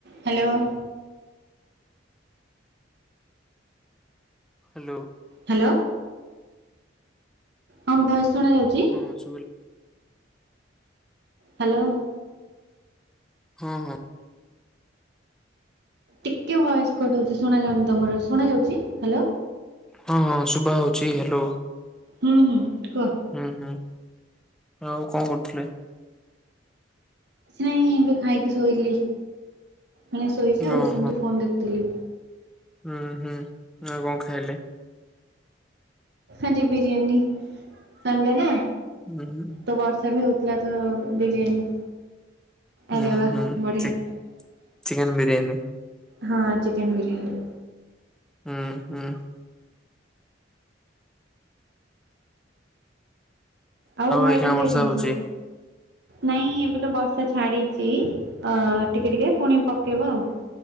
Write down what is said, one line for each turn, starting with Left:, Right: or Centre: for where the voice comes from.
Right: Hello.
Centre: Hello.
Right: Hello. ହଁ voice ଶୁଣା ଯାଉଛି?
Centre: ହଁ ଶୁଭିଲା।
Right: ହ୍ୟାଲୋ।
Centre: ହଁ ହଁ।
Right: ଟିକେ ଭଏସ କଟ ହଉଛି ଶୁଣା ଯାଉନି ତମର ଶୁଣା ଯାଉଛି ହ୍ୟାଲୋ?
Centre: ହଁ ହଁ ଶୁଭା ହଉଛି ହ୍ୟାଲୋ।
Right: ହୁଁ ହୁଁ କୁହ?
Centre: ହୁଁ ହୁଁ ଆଉ କଣ କରୁଥିଲେ?
Right: ନାଇଁ ଏମିତି ଖାଇକି ଶୋଇଲି ମାନେ ଶୋଇଛି ଆଉ
Centre: ଓହୋ
Right: ସେମିତି ଫୋନ ଦେଖୁଥିଲି।
Centre: ହୁଁ ହୁଁ ଆଉ କଣ ଖାଇଲେ?
Right: ଆଜି ବିରିୟାନି ସନଡେ ନା।
Centre: ହୁଁ ହୁ।
Right: ତ ବର୍ଷା ବି ହଉଥିଲା ତ ବିରିୟାନୀ।
Centre: ହୁଁ
Right: ଆରେ ବା
Centre: ହୁଁ
Right: ବଢିଆ।
Centre: ଚି ଚିକେନ ବିରିୟାନୀ
Right: ହଁ ଚିକେନ୍ ବିରିୟାନୀ
Centre: ହୁଁ ହୁଁ
Right: ଆଉ ଘରେ
Centre: ଏଇଖିଣା
Right: କେମିତି
Centre: ବର୍ଷା
Right: ଅଛନ୍ତି
Centre: ହଉଛି
Right: ସବୁ ନାଇଁ ଏବେ ତ ବର୍ଷା ଛାଡିଛି ଅ ଟିକେ ଟିକେ ପୁଣି ପକେଇବ ଆଉ